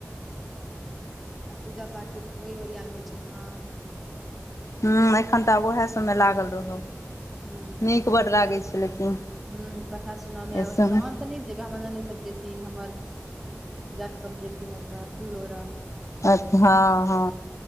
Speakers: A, in the centre; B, on the left.
A: आ पूजा पाठके ओहि ओरियन होइ छै न।
B: हं एखन तऽ आब ओहे सब मे लागल रहब।
A: हुं
B: नीक बड लागै छै लेकिन
A: हुं कथा सुनऽ मे
B: एहि
A: आबैत
B: सबमे
A: छै सब। ओते नहि जेबे हमर ननैद सब जेथिन हमर जेठ सब जेथिन ओते फूल लोढऽ।
B: अच हँ हँ